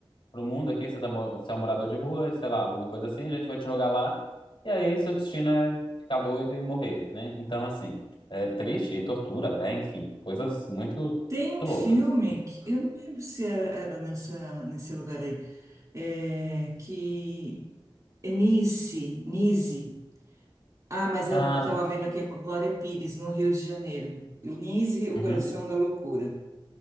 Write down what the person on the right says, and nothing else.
Tem
um
filme que eu não lembro se era, era nessa nesse lugar aí, é, que é Nice, Nice. Ah, mas
era, eu tava vendo aqui é com a Glória Pires, no Rio de Janeiro. Nise, o
coração da loucura.